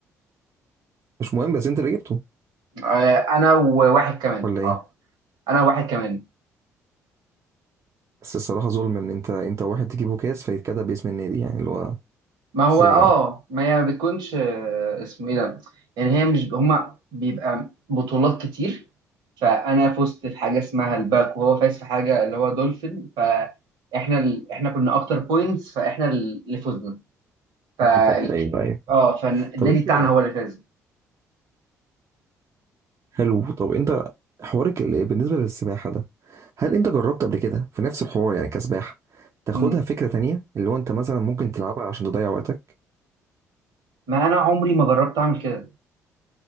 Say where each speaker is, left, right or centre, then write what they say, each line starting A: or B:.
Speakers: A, on the right; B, on the right.
A: مش مهم بس انت اللي جبته
B: آه، انا وواحد كمان
A: ولا ايه
B: اه انا وواحد كمان
A: بس الصراحة ظلم ان انت انت واحد تجيب كاس فيتكتب باسم النادي يعني اللي هو
B: ما هو
A: ازاي
B: اه
A: يعني
B: ما هي بتكونش آه، اسمه ايه ده يعني هي مش هما بيبقى بطولات كتير فانا فزت في حاجه اسمها الباك وهو فاز في حاجه اللي هو دولفين فاحنا ال... احنا كنا اكتر بوينتس فاحنا اللي فزنا فالك...
A: فهمتك ايوه ايوه
B: اه فالنادي
A: طب انت
B: بتاعنا هو اللي فاز
A: حلو طب انت حوارك ال- بالنسبه للسباحه ده هل انت جربت قبل كده في نفس الحوار يعني كسباحه تاخدها
B: مم.
A: فكره تانية اللي هو انت مثلا ممكن تلعبها عشان تضيع وقتك
B: ما انا عمري ما جربت اعمل كده